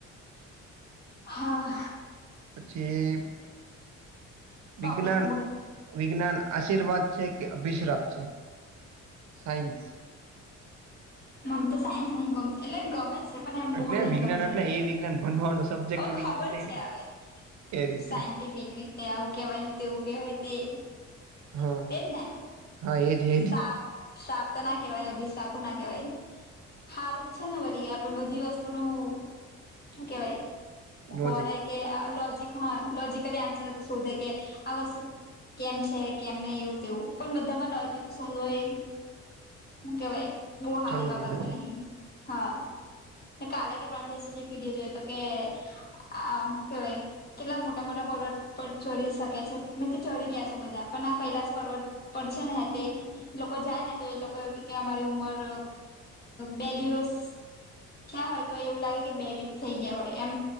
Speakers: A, on the left (about 30°); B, on the right (about 70°).
A: હા
B: પછી
A: ટોપિક
B: વિજ્ઞાન
A: બોલ
B: વિજ્ઞાન આશીર્વાદ છે કે અભિશ્રાપ છે સાયન્સ
A: મને તો સાયન્સ ન ગમ એટ ગમેસ પણ એમ
B: એટલે
A: બહ નહ
B: વિજ્ઞાન
A: ગમતું
B: એટલે એ વિજ્ઞાન ભણવાનું સબ્જેક્ટ
A: અવ
B: વિજ્ઞાન
A: ખબર
B: નહી
A: છે હવે
B: એ રીતે
A: સાયન્ટિફિક રીતે આવું કેવાય ને તેવું કેહેવાય તે.
B: હા
A: તેમ ને
B: હા એજ એજ
A: સાપ સાપ તો ના કવાય અભિશ્રાપ ના કવાય હારું જ છે ને વળ આપડ બધી વસ્તુ ન કેવાય
B: લોજિક
A: ખોરાય કે લોજ હ લોજકલી આન્સર શોધે કે આ વસ્તુ કેમ છે. કેમ નહી એવું તેવું પણ બધામાં લોજિક સોલય એ કેવાય બહ હારી
B: જરૂરી
A: બાબતો
B: નથી
A: નહી હા. કાલે કે પણમ દ એક વિડીયો જોયો હતો કે આ હુ કેવાય કેટલા મોટા મોટા પર્વત પર ચરી શકે છે મે કે ચરી ગયા છે બધા કૈલાસ પર્વત પડશે ને તે લોકો જાય ને તો એ લોકો એ કે અમારી ઉંમર બે દિવસ થ્યાં હોય તો એવું લાગે કે બે વીક થઈ ગયા હોય એમ